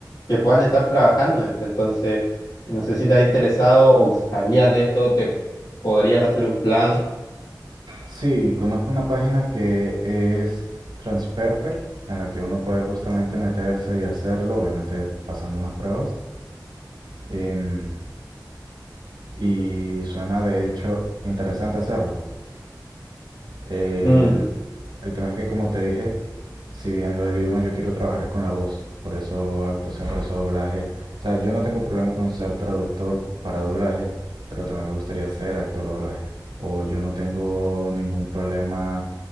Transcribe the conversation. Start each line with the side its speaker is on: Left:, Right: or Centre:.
Left: que puedan estar trabajando en esto. Entonces, no sé si te ha interesado o sabías de esto, te podrías hacer un plan.
Right: Sí, conozco una página que es Transperfect, en la que uno puede justamente meterse y hacerlo, obviamente pasando unas pruebas. em, y suena de hecho interesante hacerlo. El,
Left: Mm,
Right: el tema es que, como te dije, si bien lo del idioma yo quiero trabajar es con la voz, por eso actuación, por eso doblaje. O sea, yo no tengo problema con ser traductor para doblaje, pero también me gustaría ser actor de doblaje. O yo no tengo ningún problema